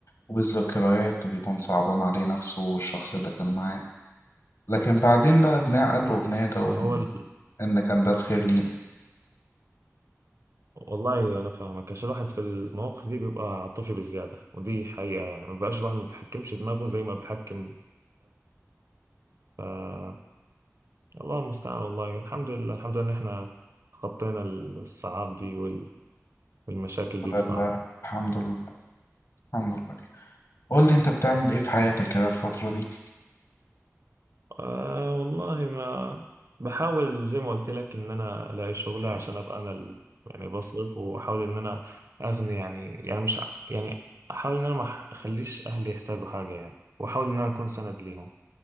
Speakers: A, on the left; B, on the right.
A: وبالذكريات وبيكون صعبان عليه نفسه والشخص اللي كان معاه لكن بعدين بقى بنعقل وبنهدى وبن...
B: ما هو ال...
A: إن كان ده الخير
B: مم.
A: لينا
B: والله انا فاهمك عشان الواحد في المواقف دي بيبقى عاطفي بزياده ودي حقيقه يعني ما بيبقاش الواحد ما بيحكمش دماغه زي ما بيحكم قلبه الله المستعان والله الحمد لله الحمد لله ان احنا خطينا الصعاب دي وال- والمشاكل دي
A: لله
B: بصراحة
A: الحمد لله الحمد لله قول لي أنت بتعمل إيه في حياتك كده الفترة دي
B: آه والله ما بحاول زي ما قلت لك ان انا الاقي شغل عشان ابقى انا ال- يعني بصرف واحاول ان انا اغني يعني يعني مش ع- يعني احاول ان انا ما أح- اخليش اهلي يحتاجوا حاجة يعني واحاول ان انا اكون سند ليهم